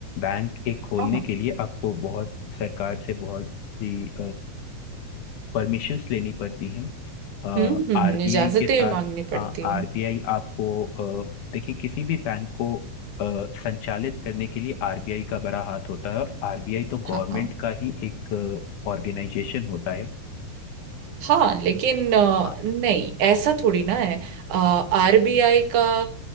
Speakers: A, on the left; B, on the right.
A: बैंक एक खोलने
B: हाँ हाँ,
A: के लिए आपको बहुत सरकार से बहुत सी परमिशंस लेनी पड़ती हैं आरबीआई
B: हम्म हम्म इजाजतें
A: के साथ
B: मांगनी
A: हाँ
B: पड़ती
A: आरबीआई
B: है
A: आपको अ, देखिए किसी भी बैंक को अ, संचालित करने के लिए आरबीआई का बड़ा हाथ होता है और आरबीआई तो गवर्नमेंट
B: हाँ
A: का ही एक ऑर्गेनाइजेशन होता है
B: हाँ लेकिन अ,
A: हाँ
B: नहीं ऐसा थोड़ी ना है आरबीआई का